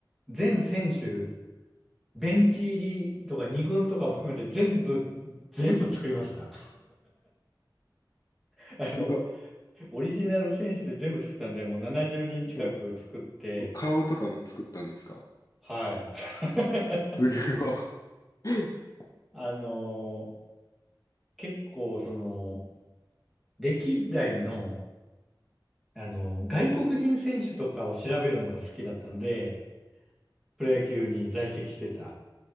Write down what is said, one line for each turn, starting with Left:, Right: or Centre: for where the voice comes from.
Centre: う、全選手、ベンチ入りとか二軍とかも含めて全部、全部作りました。<laughs> あの、
Left: すご。
Centre: オリジナル選手で全部作ったんで、もう70人近く作って、
Left: でも顔とかも作ったんですか
Centre: はい。<laughs>
Left: すごい。<laughs>
Centre: あの、結構、その、歴代の、あの、外国人選手とかを調べるのが好きだったんで、プロ野球に在籍してた。